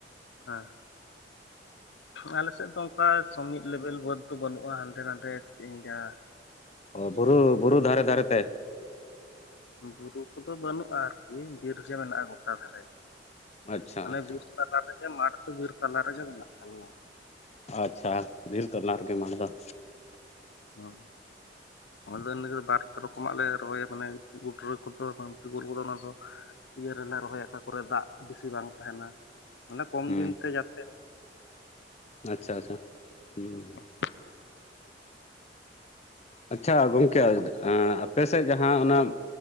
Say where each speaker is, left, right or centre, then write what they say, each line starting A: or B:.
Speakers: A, on the left; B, on the left.
A: ᱦᱮᱸ ᱟᱞᱮ ᱥᱮᱫ ᱫᱚ ᱚᱱᱠᱟ ᱥᱚᱢᱤᱛ ᱞᱮᱵᱮᱞ ᱵᱟᱹᱫᱽ ᱫᱚ ᱵᱟᱹᱱᱩᱜᱼᱟ ᱦᱟᱱᱰᱮ ᱱᱟᱰᱮ ᱮᱱᱠᱟ
B: ᱚ ᱵᱩᱨᱩ ᱵᱩᱨᱩ ᱫᱷᱟᱨᱮ ᱫᱷᱟᱨᱮ ᱛᱮ
A: ᱵᱩᱨᱩ ᱠᱚᱫᱚ ᱵᱟᱹᱱᱩᱜᱼᱟ ᱟᱨᱠᱤ ᱵᱤᱨᱜᱮ ᱢᱮᱱᱟᱜᱼᱟ ᱜᱚᱴᱟ ᱫᱷᱟᱨᱮ
B: ᱟᱪᱪᱷᱟ
A: ᱢᱟᱱᱮ
B: ᱟᱪᱪᱷᱟ
A: ᱵᱤᱨ ᱛᱟᱞᱟ ᱨᱮᱜᱮ ᱢᱟᱴᱷ ᱠᱩ ᱵᱤᱨ ᱛᱟᱞᱟ ᱨᱮᱜᱮ ᱢᱮᱱᱟᱜ ᱛᱟᱞᱮᱭᱟ
B: ᱟᱪᱪᱷᱟ ᱵᱤᱨ ᱛᱟᱞᱟ ᱨᱮᱜᱮ ᱢᱟᱴᱷ ᱫᱚ
A: ᱦᱚᱸ ᱟᱫᱚ ᱵᱟᱨ ᱯᱮ ᱨᱚᱠᱚᱢᱟᱜ ᱞᱮ ᱨᱚᱦᱚᱭᱟ ᱢᱟᱱᱮ ᱜᱩᱰᱨᱟᱹ ᱠᱚᱫᱚ ᱯᱤᱠᱚᱞ ᱠᱚᱫᱚ ᱚᱱᱟ ᱫᱚ ᱤᱭᱟᱹ ᱨᱮᱞᱮ ᱨᱚᱦᱚᱭᱟ ᱚᱠᱟᱠᱚᱨᱮ ᱫᱟᱜ ᱵᱮᱥᱤ ᱵᱟᱝ ᱛᱟᱦᱮᱱᱟ ᱢᱟᱱᱮ ᱠᱚᱢ
B: ᱦᱩᱸ
A: ᱫᱤᱱ ᱛᱮ ᱡᱟᱛᱮ
B: ᱟᱪᱪᱷᱟ ᱟᱪᱪᱷᱟ ᱦᱩᱸ
A: ᱦᱚᱸ
B: ᱟᱪᱪᱷᱟ ᱜᱚᱝᱠᱮ ᱟᱯᱮ ᱥᱮᱫ ᱡᱟᱦᱟᱸ ᱚᱱᱟ